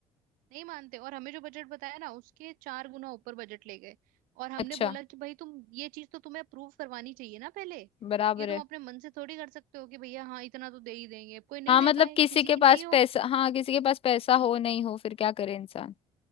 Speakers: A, on the right; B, on the left.
A: नहीं मानते और हमें जो बजट बताया ना उसके चार गुना ऊपर बजट ले गए और हमने
B: अच्छा
A: बोला कि भाई तुम ये चीज तो तुम्हें अप्रूव करवानी चाहिए ना पहले
B: बराबर
A: ये तुम
B: है
A: अपने मन से थोड़ी कर सकते हो कि भैया हाँ इतना तो दे ही देंगे कोई नहीं
B: हाँ
A: दे
B: मतलब
A: पाए
B: किसी
A: किसी
B: के
A: की
B: पास
A: नहीं हो
B: पैसा हाँ किसी के पास पैसा हो नहीं हो फिर क्या करे इंसान